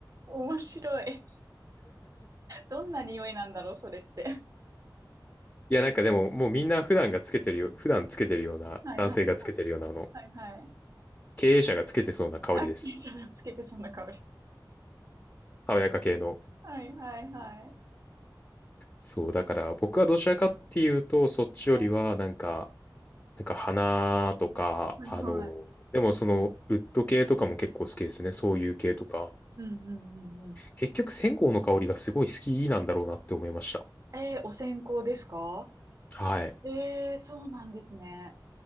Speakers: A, on the right; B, on the left.
A: ー、面白い。どんな匂いなんだろう、それって。
B: いや、なんかでも、もうみんな普段がつけてるよ、普段つけてるような、
A: はいはい
B: 男性がつけてるような、あの、
A: はいはい。
B: 経営者がつけてそうな香りです。
A: あ、つけてそうな香り。
B: 爽やか系の。
A: はいはいはい。
B: そう、だから僕はどちらかっていうと、そっちよりは、
A: は
B: なんか、なんか花とか、
A: いはいはい。
B: あの、でもその、ウッド系とかも結構好きですね。そういう系とか。
A: うんうんうんうん。
B: 結局、線香の香りがすごい好きなんだろうなって思いました。
A: えー、お線香ですか
B: はい。
A: えー、そうなんですね。